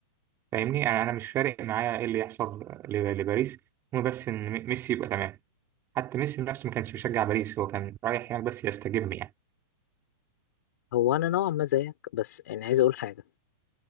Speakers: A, on the right; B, on the left.
A: فاهمني يعني انا مش فارق معايا ايه اللي يحصل ل- لباريس المهم بس ان م- ميسي يبقى تمام حتى ميسي نفسه ما كانش بيشجع باريس هو كان رايح هناك بس يستجم يعني
B: هو انا نوعا ما زيك بس يعني عايز اقول حاجه